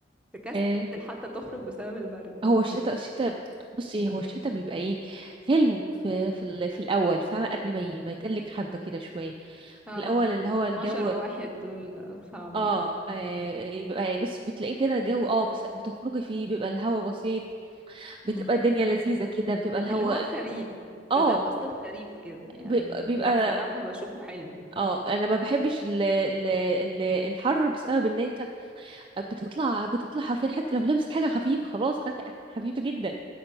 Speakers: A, in the centre; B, on the right (about 30°).
A: تكسل
B: آه
A: حتى تخرج بسبب البرد
B: هو الشتاء الشتاء بصي هو الشتاء بيبقى ايه حلو في في, ال- في الاول فاهمه قبل ما ي- ما يتقلك حبه كده شويه
A: اه
B: في الاول
A: يعني
B: اللي هو
A: 12
B: الجو
A: وواحد دول آه، صعبين
B: اه, آه بيبقى بص بتلاقيه كده جو اه بس بتخرجي فيه بيبقى الهوا بسيط
A: امم
B: بتبقى الدنيا لذيذه كده بتبقى الهوا
A: اللي هو الخريف ده
B: اه
A: ده فصل الخريف كده يعني
B: بيبقى, بيبقى
A: ده بصراحة بشوفه حلو
B: اه انا ما بحبش ال ال ال الحر بسبب ان انت بتطلع بتطلع حرفيا حتى لو لابس حاجه خفيفه خلاص خف- خفيفه جدا